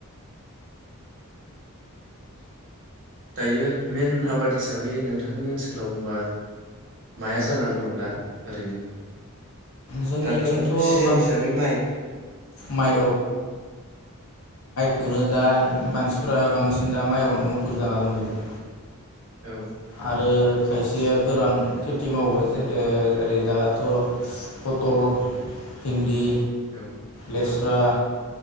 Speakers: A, on the right; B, on the left.
A: दायो मेन आबाद हिसाबै नोंथांनि ओनसोलाव होनबा माया जानानै दं दा ओरैनो?
B: जोंनिथिंथ'
A: दाथ सिजोन
B: बां
A: हिसाबै माइ।
B: माइ खौनो दा मानसिफोरा बांसिन दा माइआवनो मुखुब जाना दंजोबो।
A: औ
B: आरो खायसेया गोरान खेथि मावो। ए दाथ पटल, भिन्दि
A: औ
B: लेस्रा
A: औ